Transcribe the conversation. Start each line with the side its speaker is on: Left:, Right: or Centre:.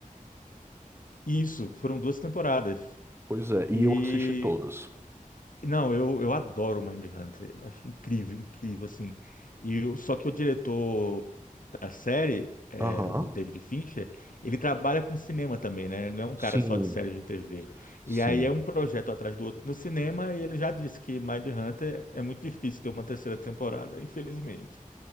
Left: Isso, foram duas temporadas.
Right: Pois é,
Left: E
Right: e eu assisti todas.
Left: não, eu, eu adoro Mindhunter, eu acho incrível, incrível assim. E o- só que o diretor da série, é,
Right: Aham.
Left: o David Fincher, ele trabalha com cinema também, né? Ele não é um
Right: Sim,
Left: cara só de série de TV. E
Right: sim.
Left: aí é um projeto atrás do outro no cinema e ele já disse que Mindhunter é muito difícil ter uma terceira temporada, <laughs> infelizmente.